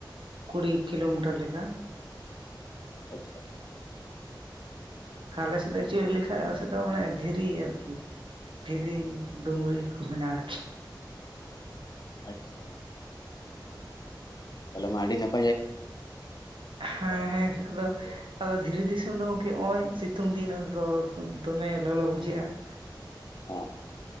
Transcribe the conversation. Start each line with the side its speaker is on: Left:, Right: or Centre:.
Right: ᱠᱩᱲᱤ ᱠᱤᱞᱳᱢᱤᱴᱟᱨ ᱞᱮᱠᱟ᱾
Left: ᱟᱪᱪᱷᱟ,
Right: ᱟᱞᱮᱥᱮᱫ ᱫᱚ ᱮᱠᱪᱩᱚᱭᱞᱤ ᱞᱮᱭ ᱞᱮᱠᱷᱟᱱ ᱟᱞᱮᱥᱮᱫ ᱫᱚ ᱢᱟᱱᱮ ᱫᱷᱤᱨᱤ ᱟᱨᱠᱤ ᱫᱷᱤᱨᱤ ᱰᱩᱝᱨᱤ᱾ <unintelligible>
Left: ᱟᱪᱪᱷᱟ, ᱛᱟᱦᱚᱞᱮ ᱢᱟ ᱟᱹᱰᱤ ᱱᱟᱯ
Right: ᱦᱮᱸ ᱦᱮᱸ ᱟᱫᱚ ᱟᱫᱚ ᱫᱷᱤᱨᱤ ᱫᱤᱥᱚᱢ ᱫᱚ ᱜᱚᱝᱠᱮ ᱱᱚᱜᱼᱚᱭ ᱥᱤᱛᱩᱝ ᱫᱤᱱ ᱫᱚ ᱫᱚᱢᱮ ᱞᱚᱞᱚ ᱵᱩᱡᱷᱟᱹᱜᱼᱟ ᱾
Left: <unintelligible>